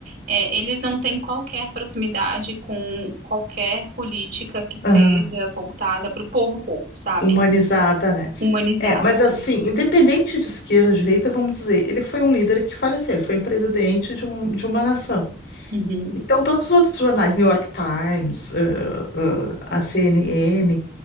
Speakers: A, on the right; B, on the left.
A: é, eles não têm qualquer proximidade com qualquer política que seja
B: Aham.
A: voltada para o povo, povo, sabe?
B: Humanizada, né?
A: Humanizada.
B: É, mas assim, independente de esquerda ou direita, vamos dizer, ele foi um líder que faleceu, ele foi um presidente de, um- de uma nação.
A: Uhum,
B: Então, todos os outros jornais, New York Times, ãh, ãh, a CNN,